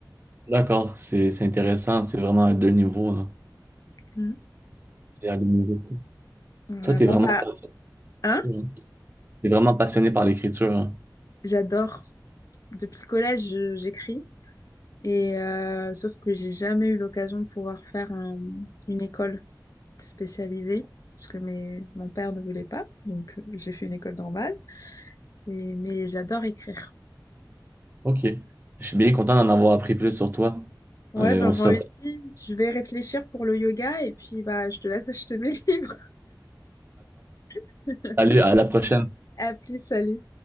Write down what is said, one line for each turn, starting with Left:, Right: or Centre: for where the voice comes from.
Right: D'accord, c'est c'est intéressant. C'est vraiment à deux niveaux. hein.
Left: Mm.
Right: C'est à deux niveaux.
Left: Voilà,
Right: Toi, t'es
Left: bon
Right: vraiment,
Left: bah, hein,
Right: passionné, hein. T'es vraiment passionné par l'écriture. hein.
Left: j'adore. Depuis le collège, je- j'écris. Et euh, sauf que j'ai jamais eu l'occasion de pouvoir faire un- une école. spécialisée parce que mes... mon père ne voulait pas, donc euh, j'ai fait une école normale. Et- Mais j'adore écrire.
Right: OK. Je suis bien content d'en avoir appris plus sur toi.
Left: Ouais,
Right: Euh,
Left: ben
Right: on
Left: moi
Right: se reprend.
Left: aussi, je vais réfléchir pour le yoga et puis bah je te laisse acheter mes livres. <laughs>
Right: Salut, à la prochaine.
Left: À plus, salut.